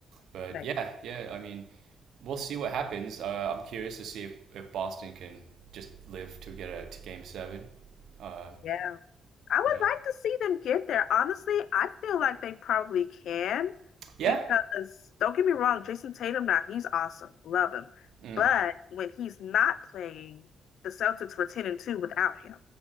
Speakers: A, on the right; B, on the left.
A: but
B: Like,
A: yeah, yeah, I mean, we'll see what happens. Uh, I'm curious to see if, if Boston can just live to get a, to game seven. Uh,
B: yeah. I would
A: yeah.
B: like to see them get there. Honestly, I feel like they probably can
A: Yeah.
B: because don't get me wrong, Jason Tatum now, he's awesome. Love him.
A: Mm.
B: But when he's not playing, the Celtics were 10 and 2 without him.